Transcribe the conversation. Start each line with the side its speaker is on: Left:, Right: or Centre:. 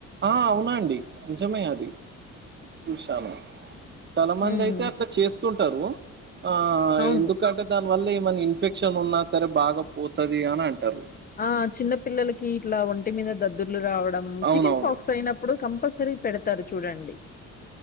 Right: ఆ అవునండి నిజమే అది చూశాను చాలా
Left: హ్మ్.
Right: మంది అయితే అట్లా చేస్తుంటారు ఆ
Left: అవును
Right: ఎందుకంటే దాన్ని వల్ల ఏమనా ఇన్ఫెక్షన్ ఉన్నా సరే బాగా పోతది అని అంటారు
Left: ఆ చిన్న పిల్లలకి ఇట్లా ఒంటి మీద దద్దుర్లు రావడం
Right: అవునవును
Left: చికెన్ ఫాక్స్ అయినప్పుడు కంపల్సరీ పెడతారు చూడండి